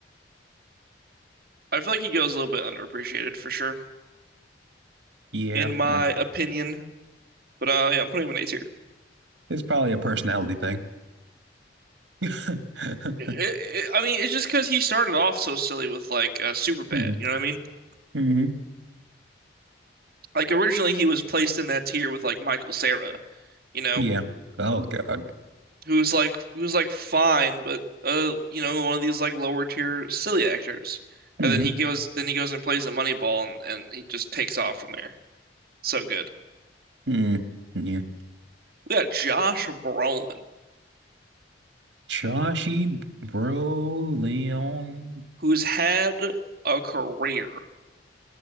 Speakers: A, on the right; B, on the right.
A: I feel like he goes a little bit underappreciated for sure,
B: Yeah,
A: in my
B: yeah.
A: opinion. But uh yeah, I'm putting him in A tier.
B: It's probably a personality thing. <laughs>
A: It, it, I mean, it's just because he started off so silly with like uh, Superbad.
B: hmm
A: You know what I mean?
B: hmm
A: Like originally he was placed in that tier with like Michael Cera, you know,
B: Yeah. Oh God.
A: who's like who's like fine, but uh, you know, one of these like lower tier silly actors.
B: hmm
A: And then he goes, then he goes and plays a Moneyball, and, and he just takes off from there. So good.
B: Mm. Yeah.
A: We got Josh Brolin,
B: Chashi Broleon.
A: who's had a career.